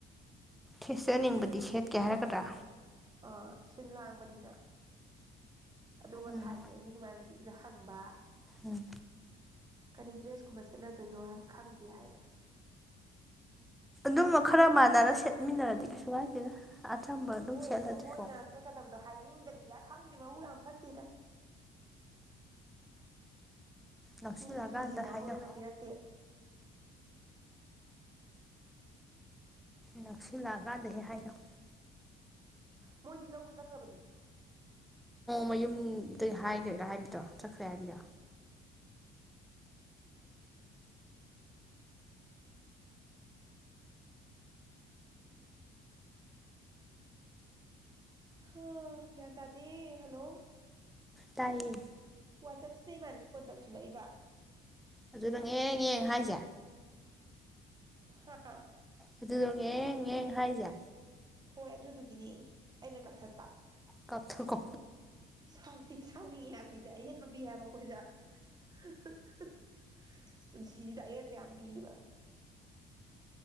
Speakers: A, in the centre; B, on the right.
A: ꯊꯦꯠꯆꯅꯤꯡꯕꯗꯤ
B: ꯑꯩꯈꯣꯏꯗꯤ ꯁꯤꯟ
A: ꯁꯦꯠꯀꯦ ꯍꯥꯏꯔꯛꯀꯗ꯭ꯔꯥ
B: ꯑꯥ ꯁꯤꯟ ꯂꯥꯡꯕꯅꯤꯅ ꯑꯗꯣ ꯉꯁꯥꯏꯅꯤ
A: ꯎꯝ
B: ꯑꯩꯅ ꯏꯃꯥꯟꯅꯕꯤꯗꯨꯗ ꯍꯪꯕ
A: ꯎꯝ
B: ꯀꯔꯤ ꯗ꯭ꯔꯦꯁ ꯀꯨꯝꯕ ꯁꯦꯠꯅꯗꯣꯏꯅꯣ ꯍꯥꯏꯕ ꯈꯪꯗꯦ ꯍꯥꯏꯕ
A: ꯑꯗꯨꯝ ꯈꯔ ꯃꯥꯟꯅꯔ ꯁꯦꯠꯃꯤꯟꯅꯔꯗꯤ ꯀꯩꯁꯨ ꯀꯥꯏꯗꯦꯗ ꯑꯆꯝꯕ ꯑꯗꯨꯝ
B: ꯍꯣꯏ
A: ꯁꯦꯠꯂꯗꯤꯀꯣ
B: ꯑꯗꯨ ꯃꯣꯏꯅ ꯁꯦꯠꯀꯗꯕꯗꯣ ꯍꯥꯏꯅꯤꯡꯗ꯭ꯔꯤꯔ ꯈꯪ ꯗꯦ ꯃꯕꯨꯛ ꯌꯥꯝ ꯐꯇꯦꯗ
A: ꯅꯛꯁꯤꯜꯂꯛꯑꯀꯥꯟꯗ
B: ꯃꯤꯒꯤ ꯐꯤꯁꯨ ꯂꯧꯍꯧꯔꯒ
A: ꯍꯥꯏꯅꯧ
B: ꯄꯤꯔꯛꯇꯦ
A: ꯅꯛꯁꯤꯜꯂꯛꯑꯀꯥꯟꯗ ꯍꯦꯛ ꯍꯥꯏꯅꯧ
B: ꯃꯣꯏꯗꯤ ꯂꯧꯕ ꯆꯠꯈ꯭ꯔꯕꯅꯦ
A: ꯃꯌꯨꯝ ꯑꯗꯨꯏ ꯍꯥꯏꯒꯦꯒ ꯍꯥꯏꯔꯤꯗꯣ ꯆꯠꯈ꯭ꯔꯦ ꯍꯥꯏꯔꯤꯔꯣ
B: <inaudible> ꯍꯥ ꯒ꯭ꯋꯥꯟ ꯇꯥꯗꯦ ꯍꯜꯂꯣ
A: ꯇꯏꯌꯦ
B: ꯋꯥꯆꯞꯁꯤꯗ ꯏꯃꯥꯅꯕꯤ ꯐꯣꯟ ꯇꯧꯁꯤꯜꯂꯛꯏꯕ
A: ꯑꯗꯨꯗ ꯉꯦꯡ ꯉꯦꯡ ꯍꯥꯏꯁꯦ
B: ꯍꯥ
A: ꯑꯗꯨꯗꯣ ꯉꯦꯡ ꯉꯦꯡ ꯍꯥꯏꯁꯦ
B: ꯍꯣꯏ ꯑꯗꯨꯗꯨꯒꯤꯅꯤ ꯑꯩꯅ ꯀꯛꯊꯠꯄ
A: ꯀꯥꯞꯊꯈꯣ
B: ꯁꯥꯎ ꯁꯥꯎꯅꯤꯡꯉꯤ ꯍꯥꯏꯕꯅꯤꯗ ꯑꯌꯦꯠꯄ ꯄꯤ ꯍꯥꯏꯕ ꯑꯩꯈꯣꯏꯗ ꯍꯨ ꯍꯨ ꯍꯨ ꯄꯨꯟꯁꯤ ꯁꯤꯁꯤꯗ ꯑꯌꯦꯠꯄ ꯌꯥꯝ ꯄꯤꯑꯦꯕ